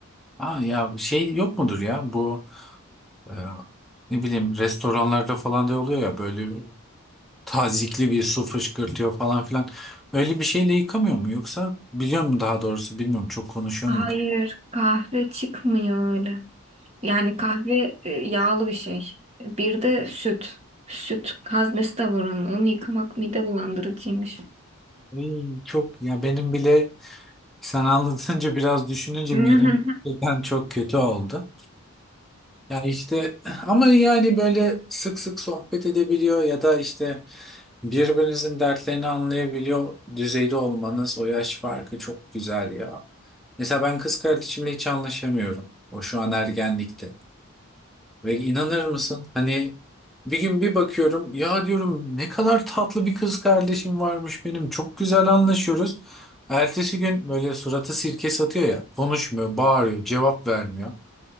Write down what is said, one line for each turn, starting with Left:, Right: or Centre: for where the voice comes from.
Centre: Aa, ya şey yok mudur ya bu Ee, ne bileyim restoranlarda falan da oluyor ya böyle tazikli bir su fışkırtıyor falan filan. Öyle bir şeyle yıkamıyor mu yoksa biliyor mu daha doğrusu bilmiyorum çok konuşuyor
Right: Hayır,
Centre: mu?
Right: kahve çıkmıyor öyle. Yani kahve e, yağlı bir şey. Bir de süt. Süt haznesi de var onun. Onu yıkamak mide bulandırıcıymış.
Centre: Ay, çok ya benim bile sen anlatınca biraz düşününce
Right: <laughs>
Centre: midem gerçekten çok kötü oldu. Ya işte ama yani böyle sık sık sohbet edebiliyor ya da işte Birbirinizin dertlerini anlayabiliyor düzeyde olmanız o yaş farkı çok güzel ya. Mesela ben kız kardeşimle hiç anlaşamıyorum. O şu an ergenlikte. Ve inanır mısın hani bir gün bir bakıyorum ya diyorum ne kadar tatlı bir kız kardeşim varmış benim. Çok güzel anlaşıyoruz. Ertesi gün böyle suratı sirke satıyor ya konuşmuyor, bağırıyor, cevap vermiyor.